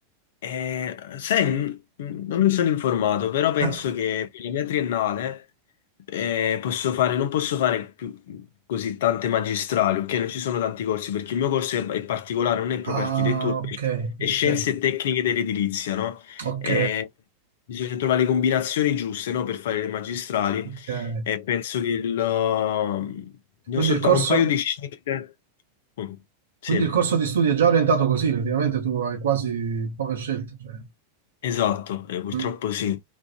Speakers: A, on the left; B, on the right.
A: Eh, sai, n- non mi sono informato, però penso
B: Ah,
A: che per la mia triennale eh, posso fare, non posso fare più così tante magistrali, ok? Non ci sono tanti corsi, perché il mio corso è, è particolare, non è proprio
B: ah,
A: architettura,
B: ok,
A: è
B: ok,
A: scienze e tecniche dell'edilizia, no?
B: ok,
A: Eh, bisogna trovare le combinazioni giuste, no, Per fare le magistrali
B: ok.
A: e penso che il, uh, ne
B: Quindi
A: ho soltanto
B: il corso,
A: un paio di scelte. Mm, Sì,
B: quindi il corso di studi è già orientato così, praticamente tu hai quasi poche scelte, cioè.
A: esatto, eh, purtroppo
B: Mm.
A: sì.